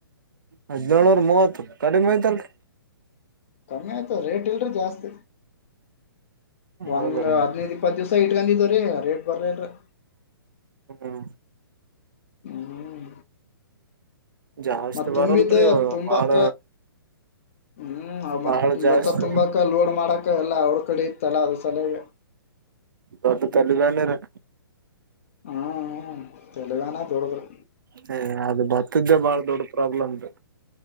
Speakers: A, on the right; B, on the left.
A: ಹದ್ನೇಳನೂರ್ ಮೂವತ್ತು ಕಡಿಮೆ ಆಯ್ತಲ್ರಿ.
B: ಕಮ್ಮಿ ಆಯ್ತು ರೇಟ್ ಇಲ್ರಿ ಜಾಸ್ತಿ. ಒಂದ್
A: ಹೌದ್ರೀ
B: ಹದಿನೈದು ಇಪ್ಪತ್ತು ದಿವ್ಸ ಇಟ್ಕಂದಿವ್ರಿ ರೇಟ್ ಬರ್ಲಿಲ್ಲ ರಿ.
A: ಹ್ಮ್
B: ಹ್ಮ್
A: ಜಾಸ್ತಿ
B: ಮತ್
A: ಬರಲ್ರಿ
B: ತುಂಬಿದ್
A: ಇವಾಗ
B: ತುಂಬಾಕ
A: ಬಾಳ
B: ಹ್ಮ್ ಅವ ಮತ್
A: ಬಾಳ ಜಾಸ್ತಿ
B: ಭತ್ತ ತುಂಬಾಕ ಲೋಡ್ ಮಾಡಕ ಎಲ್ಲ ಅವ್ರ ಕಡೆ ಇತ್ತಲ್ಲ ಅದು ಸಲ್ಯಾಗೆ.
A: ದೊಡ್ಡ ತಲೆ ಬ್ಯಾನೆ ರಿ.
B: ಹ್ಮ ತಲೆಬ್ಯಾನೆ ದುಡ್ಡದರು.
A: ಹ ಅದು ಬತ್ತದ್ ಬಾಳ ದೊಡ್ಡ ಪ್ರಾಬ್ಲಮ್ ರಿ.